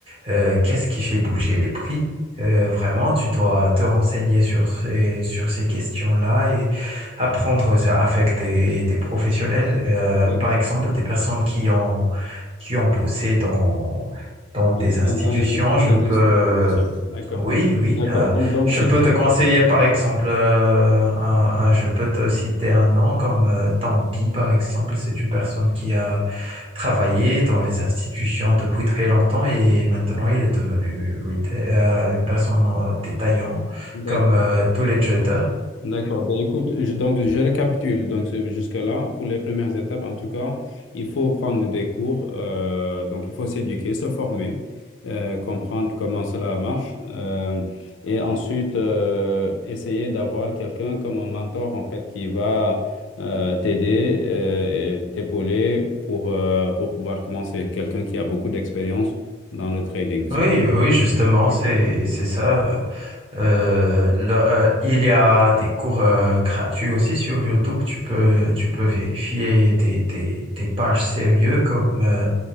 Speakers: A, on the right; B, on the left.
A: euh, qu'est-ce qui fait bouger les prix? Euh, vraiment, tu dois te renseigner sur ces, sur ces questions-là et apprendre ça avec des, des professionnels, euh,
B: D'accord.
A: par exemple des personnes qui ont, qui ont bossé dans, dans des
B: Dans,
A: institutions.
B: dans les, dans
A: Je
B: les
A: peux,
B: institutions financières. D'accord.
A: oui, oui,
B: D'accord.
A: euh,
B: Donc donc
A: je
B: sur-
A: peux te conseiller, par exemple, euh, un- un- je peux te citer un nom comme euh, Tampi, par exemple, c'est une personne qui a travaillé dans les institutions depuis très longtemps et maintenant il est devenu euh, une personne détaillante
B: d'accord.
A: comme euh, tous les traders.
B: D'accord. Ben, écoute, je, donc je récapitule. Donc c'est- jusque-là, pour les premières étapes, en tout cas, il faut prendre des cours. euh, donc il faut s'éduquer, se former, euh, comprendre comment cela marche, euh, et ensuite euh, essayer d'avoir quelqu'un comme un mentor en fait qui va euh, t'aider euh, et t'épauler pour euh, pour pouvoir commencer. Quelqu'un qui a beaucoup d'expérience dans le trading. C'est-
A: Oui, oui, justement,
B: D'accord.
A: c'est c'est ça. Euh, là, euh, il y a des cours euh, gratuits aussi sur YouTube. Tu peux tu peux vérifier des, des, des pages sérieuses comme euh,